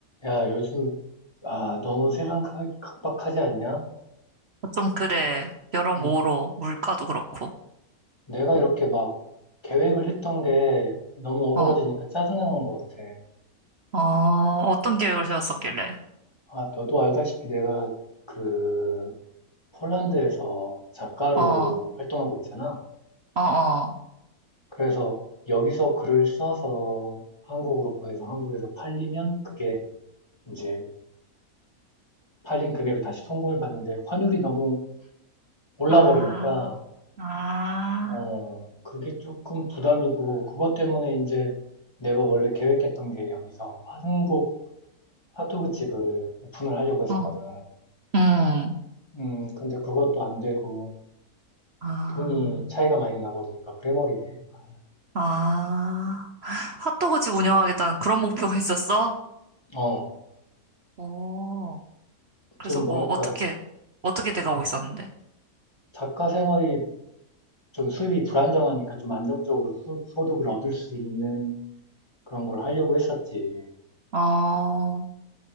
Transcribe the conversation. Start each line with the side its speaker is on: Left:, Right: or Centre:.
Left: 야, 요즘, 아, 너무 세상 각- 각박하지 않냐?
Right: 좀 그래. 여러모로
Left: 음,
Right: 물가도 그렇고.
Left: 내가 이렇게 막 계획을 했던 게 너무 어그러지니까
Right: 어,
Left: 짜증나는 것 같아.
Right: 어, 어떤 계획을 세웠었길래?
Left: 아, 너도 알다시피 내가 그 폴란드에서 작가로
Right: 어, 어,
Left: 활동하고 있잖아.
Right: 어.
Left: 그래서 여기서 글을 써서 한국으로 보내서 한국에서 팔리면 그게 이제 팔린 금액을 다시 송금을 받는데 환율이 너무 올라
Right: 아,
Left: 버리니까
Right: 아,
Left: 어, 그게 조금 부담이고, 그것 때문에 이제 내가 원래 계획했던 게 여기서 한국 핫도그 집을 오픈을 하려고 했었거든.
Right: 어, 음,
Left: 음, 근데 그것도 안 되고,
Right: 아,
Left: 돈이 차이가 많이 나 버리니까 그래버리네. 아,
Right: 아. 핫도그집 운영하겠다는 그런 목표가 있었어?
Left: 어,
Right: 오, 그래서
Left: 좀
Right: 뭐,
Left: 뭐랄까,
Right: 어떻게, 어떻게 돼가고 있었는데?
Left: 작가 생활이 좀 수입이 불안정하니까 좀 안정적으로 소, 소득을 얻을 수 있는 그런 걸 하려고 했었지.
Right: 어,